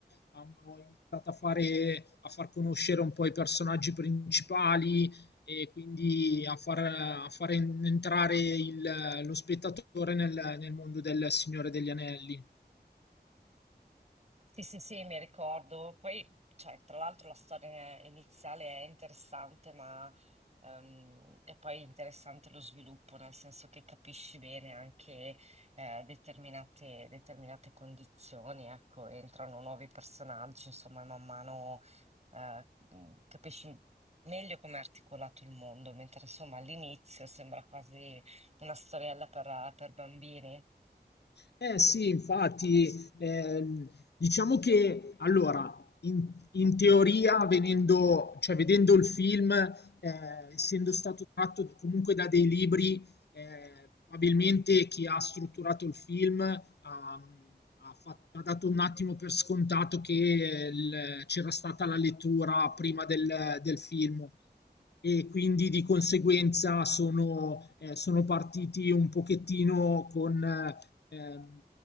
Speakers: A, on the left; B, on the right.
A: hanno iniziato a fare, a far conoscere un po' i personaggi principali e quindi a far, a far entrare il- lo spettatore nel, nel mondo del Signore degli Anelli.
B: Sì, sì, sì, mi ricordo. Poi, cioè, tra l'altro la storia iniziale è interessante, ma ehm, è poi interessante lo sviluppo, nel senso che capisci bene anche eh, determinate, determinate condizioni, ecco, entrano nuovi personaggi, insomma, e man mano eh, mh, capisci meglio come è articolato il mondo, mentre insomma all'inizio sembra quasi una storiella per, per bambini.
A: Eh sì, infatti, ehm, diciamo che allora, in, in teoria, venendo, cioè, vedendo il film, eh, essendo stato tratto comunque da dei libri, eh, probabilmente chi ha strutturato il film ha, ha fatto- ha dato un attimo per scontato che il- c'era stata la lettura prima del del film e quindi di conseguenza sono, eh, sono partiti un pochettino con, ehm,